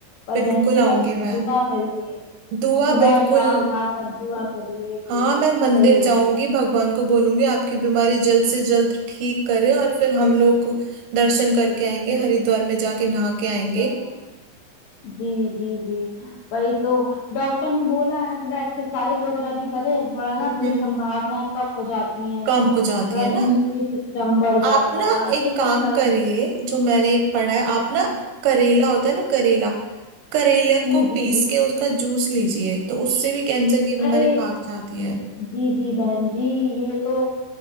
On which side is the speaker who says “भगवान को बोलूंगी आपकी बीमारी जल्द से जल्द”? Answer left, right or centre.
Right